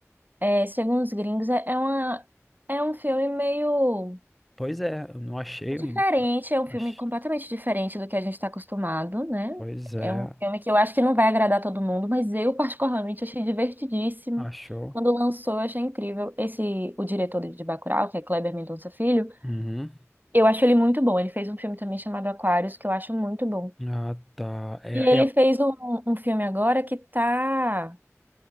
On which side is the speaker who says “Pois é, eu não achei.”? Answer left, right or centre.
Centre